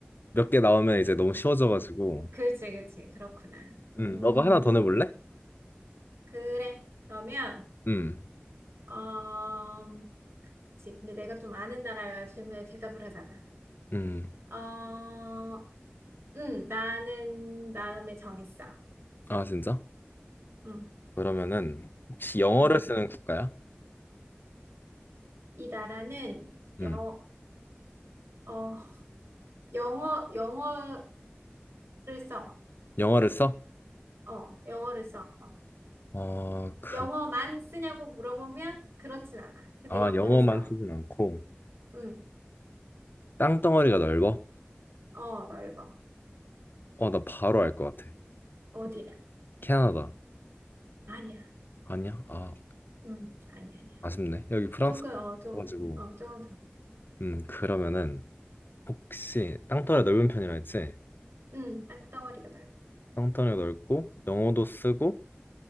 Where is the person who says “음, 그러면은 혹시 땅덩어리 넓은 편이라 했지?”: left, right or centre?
Left